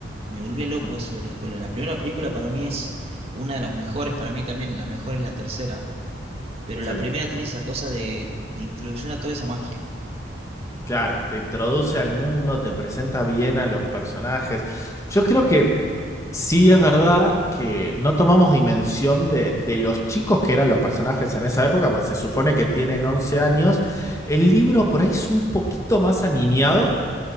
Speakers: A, on the right; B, on the left.
A: Me volvía loco
B: Mm,
A: eso de la escuela. La primera película para mí es una de las mejores, para mí también la mejor es la tercera, pero la
B: Sí.
A: primera tiene esa cosa de la introducción a toda esa magia.
B: Claro, te introduce al mundo, te presenta bien a los personajes. Yo creo que sí es verdad que no tomamos dimensión de, de los chicos que eran los personajes en esa época, pues se supone que tienen 11 años. El libro por ahí es un poquito más aniñado,